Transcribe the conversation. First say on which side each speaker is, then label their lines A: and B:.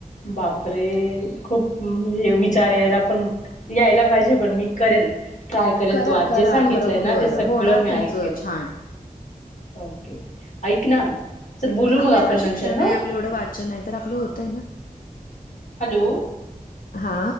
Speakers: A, on the left; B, on the left.
A: बापरे खूप हे विचार यायला पण. यायला पाहिजे पण मी करेल. ट्राय करेल
B: करा
A: तू आज
B: करा
A: जे सांगितलंय
B: खरोखर
A: ना ते सगळं
B: होणार
A: मी
B: तुमचं
A: ऐकल
B: छान
A: हो. ऐक ना. चल बोलू
B: आपलं
A: मग
B: एवढं
A: आपण
B: शिक्षण
A: नंतर
B: आहे
A: हा
B: आपलं एवढं वाचन आहे तर आपलं होत आहे ना.
A: हॅलो.
B: हा.